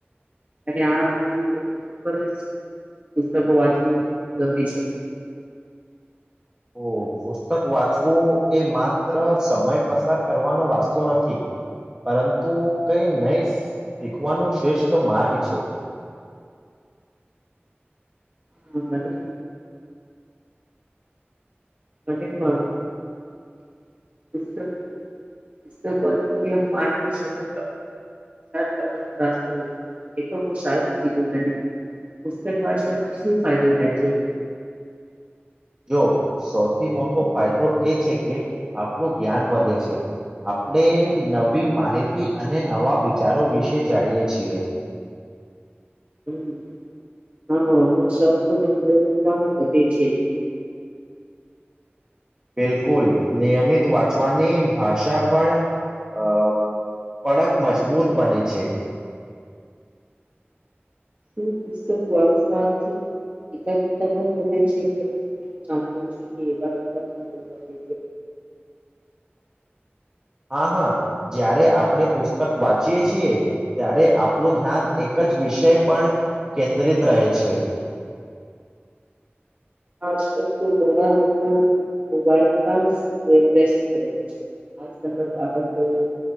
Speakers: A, on the right (about 35°); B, on the right (about 20°).
A: અને આ ખરેજ પુસ્તકો વાંચવાની ગમ છે
B: તો પુસ્તક વાંચવું એ માત્ર સમય પસાર કરવાનો રાસ્તો નથી પરંતુ કઈ નહી શીખવાનો શ્રેષ્ઠ માર્ગ છે
A: હા મને અને પણ <unintelligible> પુસ્તક પુસ્તક વાંચવું સમય કરવાનુંસ્તો એ તો બ સારું કીધું પુસ્તક વાચવાથી શું ફાયદો થાય છે
B: જો સૌથી મોટો ફાયદો એ છે કે આપણું જ્ઞાન વધે છે આપણે નવી માહિતી અને નવા વિચારો વિશે જાણીએ છીએ
A: હમ હા એ શબ ધંધોું પણ વધે છે
B: બિલકુલ નિયમિત વાંચવાની ભાષા પણ અ કડક મજબૂત બને છે
A: શું પુસ્તક વાંચવાથી એકાગ્રતા પણ વધે છે સાભે છે કે એકાગતા બોલવા દે
B: હા હા જ્યારે આપણે પુસ્તક વાંચીએ છીએ ત્યારે આપણું ધ્યાન એક જ વિષય પણ કેન્દ્રિત રહે છે
A: આજકાલ તો ઘણા લોકો મોબાઈલમાં જ આ અભ્યાસ કરે છે આજલના બાળકો